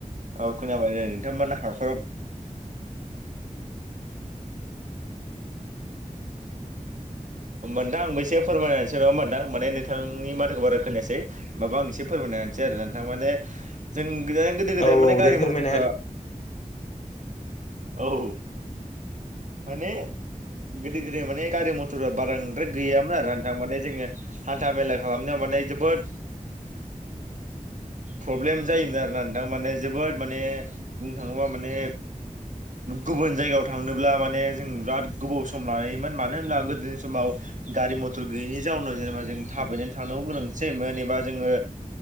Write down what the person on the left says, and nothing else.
औ
औ
दे फोरमायना
हो